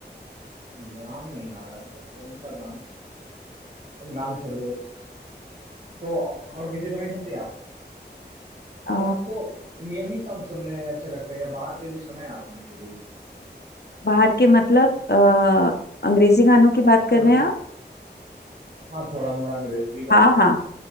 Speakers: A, on the right (about 45°); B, on the left (about 65°).
A: नाम नहीं याद आ रहा वो कौन सा गाना नाम छोड़िए वो तो और किसी को नहीं सुनते आप
B: अ,
A: एक आपको इंडियन ही सॉन्ग सुनने अच्छे लगते हैं या बाहर के भी सुने हैं आपने कभी
B: बाहर के मतलब अ, अंग्रेजी गानों की बात कर
A: और
B: रहे हैं आप
A: हाँ थोड़ा मोड़ा अंग्रेजी गाना
B: हाँ
A: है
B: हाँ